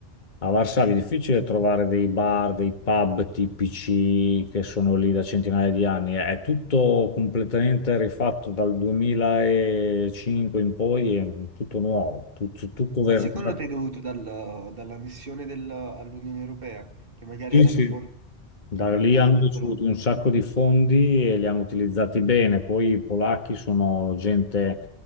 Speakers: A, on the left (about 40°); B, on the right (about 50°).
A: a Varsavia è difficile trovare dei bar, dei pub tipici che sono lì da centinaia di anni, è tutto completamente rifatto dal 2005 in poi, è tutto nuovo, tutto, tutto vernicato.
B: Al secondo te è dovuto dal- dall'annessione del- all'Unione Europea, che magari
A: Sì,
B: ha dato
A: sì.
B: fondo
A: Da lì
B: alla
A: hanno ricevuto
B: Polonia.
A: un sacco di fondi e li hanno utilizzati bene. Poi i polacchi sono gente